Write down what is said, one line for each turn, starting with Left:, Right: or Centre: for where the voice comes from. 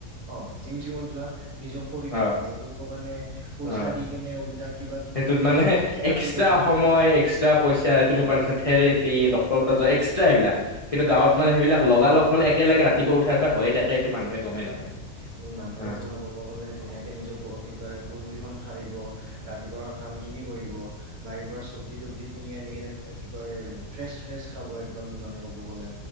Right: অ জিম চিমত যোৱা নিজৰ শৰীৰটো
Left: অ
Right: ভাল কৰিবৰ কাৰণে পইচা
Left: অ
Right: দি কেনে উল্টা কিবা কিবি
Left: সেইটোত
Right: কিবা
Left: মানে
Right: কিবি থেৰাপি
Left: এক্সট্ৰা
Right: কৰোৱা
Left: সময় এক্সট্ৰা পইচা তুমি
Right: অ
Left: কৰা নিছিনা থেৰেপি ডক্তৰ
Right: অ
Left: তাত যোৱা এক্সট্ৰা সেইবিলাক কিন্তু
Right: এইবিলাক
Left: গাঁৱত মানে সেইবিলাক লগালগ মানে একেলগে ৰাতিপুৱা উঠাৰ পা হয়ে তাকে এইটো মানুহে গমেই
Right: হৈয়ে
Left: নাপায়
Right: থাকে মানুহে
Left: হ- হ।
Right: তোমাৰ ক'ব গ'লে ধুনীয়াকে কি কয় পদূলি খন সাৰিব ৰাতিপুৱা কাম খিনি কৰিব <unintelligible> ব্লি টিঙে আনি কেনে কি কয় ফ্ৰেচ-ফ্ৰেচ খাব একদম মানে ক'ব গলে